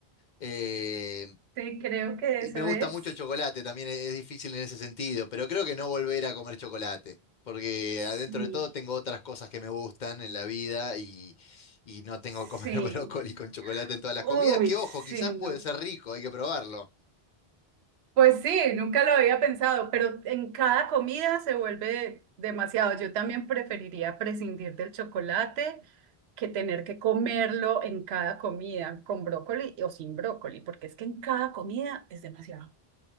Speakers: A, on the left; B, on the right.
A: Eh,
B: Sí, creo que
A: y
B: eso
A: me gusta
B: es.
A: mucho el chocolate, también es, es difícil en ese sentido, pero creo que no volver a comer chocolate, porque
B: Sí,
A: adentro de todo tengo otras cosas que me gustan en la vida y, y no tengo
B: sí.
A: que comer <laughs> brócoli con chocolate en todas las
B: Uy,
A: comidas, que ojo,
B: sí,
A: quizás
B: no.
A: puede ser rico, hay que probarlo.
B: Pues sí, nunca lo había pensado, pero en cada comida se vuelve demasiado. Yo también preferiría prescindir del chocolate que tener que comerlo en cada comida, con brócoli o sin brócoli, porque es que en cada comida es demasiado.